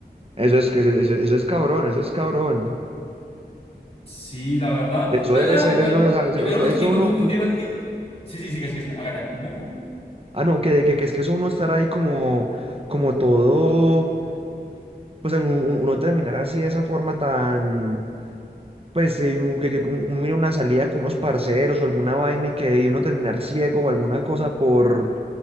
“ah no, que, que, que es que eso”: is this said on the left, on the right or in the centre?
Right